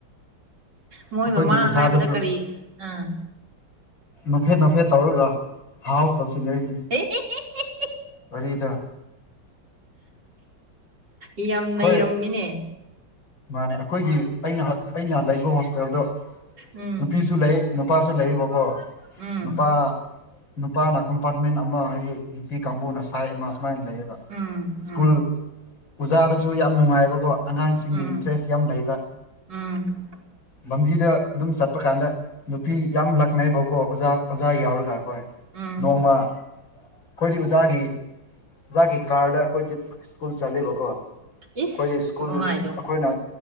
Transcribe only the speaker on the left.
ꯑꯩꯈꯣꯏꯒꯤ
ꯑꯣꯖꯥꯗꯁꯨ
ꯅꯐꯦꯠ ꯅꯐꯦꯠ ꯇꯧꯔꯒ ꯍꯥꯎ ꯇꯧꯁꯤꯜꯂꯛꯏꯅꯤ
ꯋꯥꯔꯤꯗꯥ
ꯑꯩꯈꯣꯏ
ꯃꯥꯅꯦ ꯑꯩꯈꯣꯏꯒꯤ ꯑꯩꯅ ꯑꯩꯅ ꯂꯩꯕ ꯍꯣꯁꯇꯦꯜꯗꯣ
ꯅꯨꯄꯤꯁꯨ ꯂꯩ ꯅꯨꯄꯥꯁꯨ ꯂꯩꯕꯀꯣ
ꯅꯨꯄꯥ ꯅꯨꯄꯥꯅ ꯀꯝꯄꯥ꯭ꯔꯠꯃꯦꯟ ꯑꯃ ꯍꯥꯏꯖ‍ꯦ ꯅꯨꯄꯤ ꯀꯥꯡꯕꯨꯅ ꯁꯥ꯭ꯏꯠ ꯑꯃ ꯁꯨꯃꯥꯏꯅ ꯂꯩꯌꯦꯕ
ꯁ꯭ꯀꯨꯜ ꯑꯣꯖꯥꯗꯁꯨ ꯁꯨ ꯌꯥꯝ ꯅꯨꯡꯉꯥꯏꯕꯀꯣ ꯑꯉꯥꯡꯁꯤꯡꯒꯤ
ꯏꯟꯇꯔꯦꯁ ꯌꯥꯝ ꯂꯩꯕ
ꯂꯝꯝꯕꯤꯗ ꯑꯗꯨꯝ ꯆꯠꯄ ꯀꯥꯟꯗ ꯅꯨꯄꯤ ꯌꯥꯝ ꯂꯛꯅꯩꯕꯀꯣ ꯑꯣꯖꯥ ꯑꯣꯖꯥ ꯌꯥꯎꯔꯒ ꯑꯩꯈꯣꯏ
ꯅꯣꯡꯃ ꯑꯩꯈꯣꯏꯗꯤ ꯑꯣꯖꯥꯒꯤ ꯑꯣꯖꯥꯒꯤ ꯀꯥꯔꯗ ꯑꯩꯈꯣꯏꯗꯤ ꯁ꯭ꯀꯨꯜ ꯆꯠꯂꯦꯕꯀꯣ ꯑꯩꯈꯣꯏ
ꯁ꯭ꯀꯨꯜ
ꯑꯩꯈꯣꯏꯅ